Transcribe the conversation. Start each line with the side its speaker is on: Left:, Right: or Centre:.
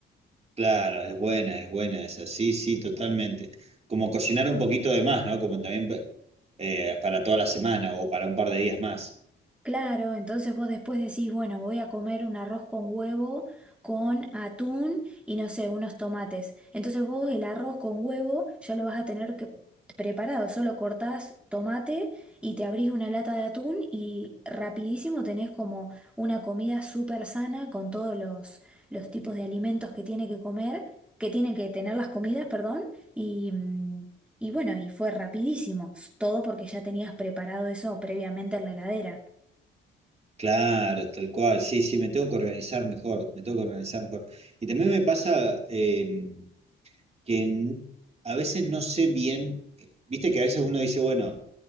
Right: claro, es buena, es buena esa, sí, sí, totalmente. Como cocinar un poquito de más, ¿no? Como también pa- eh, para toda la semana o para un par de días más.
Centre: Claro, entonces vos después decís, bueno, voy a comer un arroz con huevo, con atún y no sé, unos tomates. Entonces vos el arroz con huevo ya lo vas a tener que preparado, solo cortás tomate y te abrís una lata de atún y rapidísimo tenés como una comida súper sana con todos los, los tipos de alimentos que tiene que comer, que tiene que tener las comidas, perdón, y, mm, y bueno, y fue rapidísimo, todo porque ya tenías preparado eso previamente en la heladera.
Right: Claro, tal cual, sí, sí, me tengo que organizar mejor, me tengo que organizar mejor. Y también me pasa, em, que n- a veces no sé bien, viste que a veces uno dice, bueno,